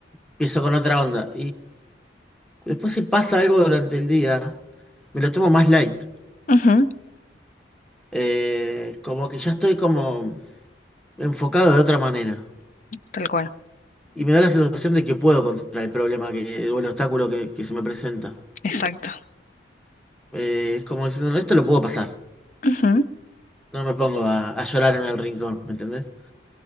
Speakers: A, in the centre; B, on the left.
A: empiezo con otra onda Después si pasa algo durante el día, me lo tomo más light.
B: Ujú,
A: Eh, como que ya estoy como enfocado de otra manera.
B: tal cual,
A: Y me da la sensación de que puedo contra el problema que, o el obstáculo que, que se me presenta.
B: exacto.
A: Eh, es como diciendo, "No, esto lo puedo pasar.
B: Ujú,
A: No me pongo a, a llorar en el rincón, ¿me entendés?